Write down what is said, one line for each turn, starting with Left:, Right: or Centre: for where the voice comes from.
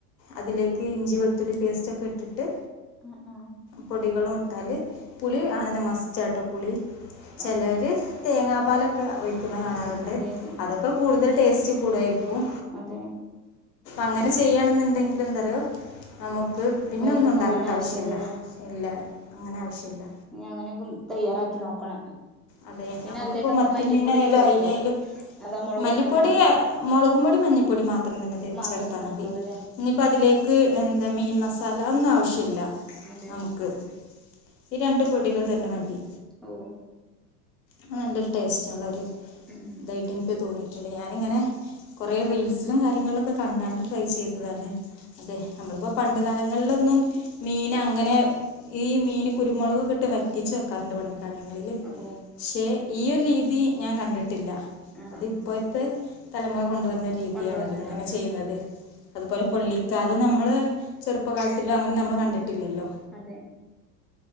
Left: അതിലേക്ക് ഇഞ്ചി വെളുത്തുള്ളി പേസ്റ്റ് ഒക്കെ ഇട്ടിട്ട്
Centre: ആഹ് ആഹ്
Left: പൊടികളും ഇട്ടാല് പുളി ആവ്ണന്ന് മസ്റ്റാ ട്ടൊ പുളി ചെലവര്
Centre: ആ
Left: തേങ്ങാപ്പാല് ഒക്കെ ഒഴിക്കുന്നത് കാണാറ്ണ്ട്
Centre: അതെ അതെ
Left: അതൊക്കെ കൂട്തൽ ടേസ്റ്റ് കൂടുവായിര്ക്കും.
Centre: അതെ
Left: അങ്ങനെ ചെയ്യണാന്ന് പിന്നെ എന്താ അറിയൊ നമുക്ക് പിന്നെ
Centre: വേറൊരു
Left: ഒന്നും ഉണ്ടാക്കേണ്ട
Centre: കറിയുടെ ആവശ്യല്ലല്ലേ
Left: ആവശ്യം ഇല്ല. ഇല്ല അങ്ങനെ ആവശ്യം ഇല്ല.
Centre: ഇനി അങ്ങനെ ഒക്കും തയ്യാറാക്കി നോക്കണം.
Left: അതെ
Centre: പിന്നെ
Left: നമുക്ക്
Centre: അതിലേക്ക്
Left: ഇപ്പം
Centre: എന്താ
Left: മത്തി
Centre: മല്ലിപ്പൊടിയൊക്കെ
Left: മീനായാലും
Centre: ചേർക്കുവോ
Left: അയ്ല ആയാലും
Centre: അതാ മുളകും
Left: മല്ലിപ്പൊടി
Centre: മഞ്ഞ
Left: മൊളകും പൊടിം മഞ്ഞ പൊടീം മാത്രം തന്നെ
Centre: മാത്രം
Left: ചേർത്താ
Centre: ചേർക്കുള്ളൂല്ലേ
Left: മതി. ഇനി ഇപ്പൊ അതിലേക്ക് എന്ത മീൻ മസാല അത് ഒന്നും ആവശ്യം ഇല്ല
Centre: അതെ
Left: നമുക്ക് ഈ രണ്ട് പൊടികൾ തന്നെ മതി.
Centre: ഓഹ്
Left: അത് നല്ലൊരു ടേസ്റ്റ് ഉള്ള ഒര്
Centre: ഉം ഉം
Left: ഇത് ആയിട്ട് ഇൻക്ക് തോന്നി. ക്കെണ്ട് ഞാന് ഇങ്ങനെ കൊറേ റീൽസിലും കാര്യങ്ങളിലും ഒക്കെ കണ്ടാണ്ട് ട്രൈ ചെയ്തതാണ്. അതെ നമ്മള് ഇപ്പൊ പണ്ട് കാലങ്ങളിലൊന്നും മീന് അങ്ങനെ ഈ മീന് കുരുമൊളക് ഒക്കെ ഇട്ട് വറ്റിച്ച് വെക്കാറുണ്ട് പണ്ട് കാലങ്ങളില്
Centre: ഓഹ്
Left: പക്ഷെ ഈ ഒരു രീതി ഞാൻ കണ്ടിട്ട്ല്ല.
Centre: ആ
Left: അത്
Centre: ആ
Left: ഇപ്പോഴത്തെ തലമുറ കൊ ണ്ടു വന്ന രീതിയാണല്ലോ
Centre: കൊണ്ടുവന്നരു
Left: ഇങ്ങനെ
Centre: അതെ
Left: ചെയ്യുന്നത് അത് പോലെ പൊള്ളിക്കാതെ നമ്മളെ ചെറുപ്പകാലത്ത് ല് അങ്ങനെ നമ്മള് കണ്ടിട്ടില്ലല്ലോ
Centre: അതെ